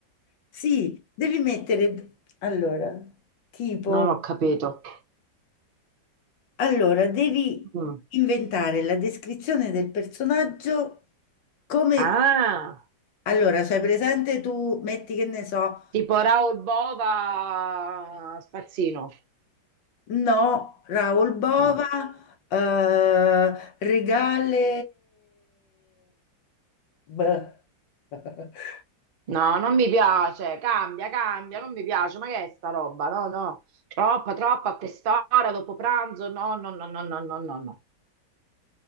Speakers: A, on the left; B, on the right.
A: Sì, devi mettere, allora, tipo,
B: Non ho capito.
A: allora, devi
B: Mm.
A: inventare la descrizione del personaggio come,
B: Ah,
A: allora, cioè presente tu, metti che ne so.
B: tipo Raoul Bova Spazzino.
A: No, Raul Bova,
B: No.
A: eh, regale... Beh. <laughs>
B: No, non mi piace. Cambia, cambia, non mi piace. Ma che è sta roba? No, no. Troppa, troppa a quest'ora, dopo pranzo. No, no, no, no, no, no, no. no.